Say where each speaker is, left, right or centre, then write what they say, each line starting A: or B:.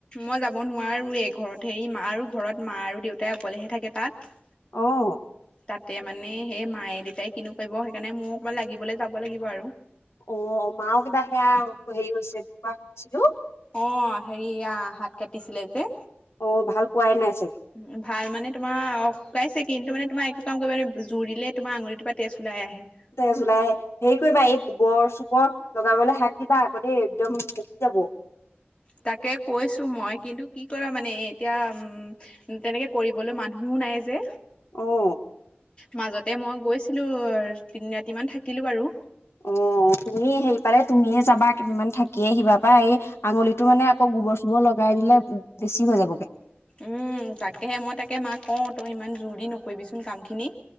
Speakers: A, on the left; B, on the left.
A: মই যাব নোৱাৰোৱে, ঘৰত হেৰি মা আৰু ঘৰত মা আৰু দেউতাই অকলেহে থাকে তাত।
B: অঁ।
A: তাতে মানে সেই মায়ে দেউতাই কিনো কৰিব সেইকাৰণে মইয়ো অকমান লাগিবলৈ যাব লাগিব আৰু।
B: অঁ' মা কিবা সেয়া হেৰি হৈছে বুলি কোৱা শুনিছিলো।
A: অঁ' হেৰিয়া হাত কাটিছিলে যে।
B: অঁ' ভাল পোৱাই নাই চাগে।
A: উমঁ' ভাল মানে তোমাৰ শুকাইছে কিন্তু মানে তোমাৰ একো কাম কৰিবলৈ জুৰ দিলে তোমাৰ আঙুলিটোৰ পৰা তেজ ওলাই আহে।
B: তেজ ওলাই আহে। হেৰি কৰিবা এই গোবৰ চোবৰ লগাবলৈ শাক দিবা আকৌ দেই একদম পকি যাব।
A: তাকে কৈছো মই কিন্তু কি কৰা মানে এতিয়া উমঁ'- তেনেকে কৰিবলৈ মানুহও নাই যে।
B: অঁ।
A: মাজতে মই গৈছিলোঁ তিনি ৰাতি মান থাকিলো বাৰু।
B: অঁ' তুমি হেৰি পালে তুমিয়ে যাবা কেইদিনমান থাকি আহিবা পাই, এই- আঙুলিটো মানে আকৌ গোবৰ চোবৰ লগাই দিলে বেছি হৈ যাবগে।
A: উমঁ' তাকেহে, মই তাকে মাক কওঁ তই ইমান জোৰ দি নকৰিবিচোন কাম খিনি।